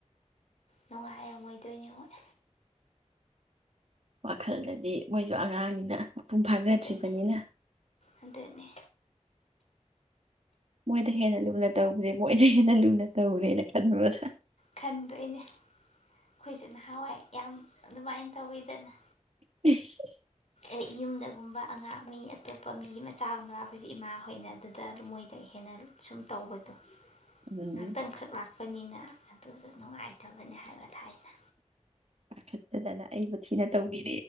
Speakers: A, on the left (about 65°); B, on the right (about 60°).
A: ꯅꯨꯡꯉꯥꯏꯔꯝꯃꯣꯏꯗꯣꯏꯅꯦ ꯃꯣꯏ
B: ꯋꯥꯈꯜꯗꯗꯤ ꯃꯣꯏꯁꯨ ꯑꯉꯥꯡꯅꯤꯅ ꯄꯨꯡ ꯐꯥꯖꯗ꯭ꯔꯤꯕꯅꯤ
A: ꯑꯗꯨꯅꯦ
B: ꯅ
A: ꯑꯗꯨꯅꯦ
B: ꯃꯣꯏꯗ ꯍꯦꯟꯅ ꯂꯨꯅ ꯇꯧꯒ꯭ꯔꯦ ꯃꯣꯏ ꯍꯦꯟꯅ ꯂꯨꯅ ꯇꯧꯔꯦꯅ ꯈꯟꯕꯗꯣ
A: ꯈꯟꯗꯣꯏꯅꯦ ꯑꯩꯈꯣꯏꯁꯨ ꯅꯍꯥꯟꯋꯥꯏ ꯌꯥꯝ ꯑꯗꯨꯏꯃꯥꯏꯅ ꯇꯧꯋꯤꯗꯅ
B: <unintelligible>
A: ꯑꯦ ꯌꯨꯝꯗꯒꯨꯝꯕ ꯑꯉꯥꯡ ꯃꯤ ꯑꯇꯣꯞꯄ ꯃꯤꯒꯤ ꯃꯆꯥꯒꯨꯝꯕ ꯂꯥꯛꯄꯁꯦ ꯏꯃꯥ ꯍꯣꯏꯅ ꯑꯗꯨꯗ ꯃꯣꯏꯗ ꯍꯦꯟꯅ ꯁꯨꯝ ꯇꯧꯕꯗꯣ
B: ꯎꯝ
A: ꯉꯥꯏꯍꯥꯛꯇꯪꯈꯛ ꯂꯥꯛꯄ ꯆꯠꯄꯅꯤꯅ ꯑꯗꯨꯗꯣ ꯅꯨꯡꯉꯥꯏꯇꯕꯅꯤ ꯍꯥꯏꯕ ꯊꯥꯏꯅ
B: ꯄꯥꯈꯠꯇꯗꯅ ꯑꯩꯕꯨ ꯊꯤꯅ ꯇꯧꯕꯤ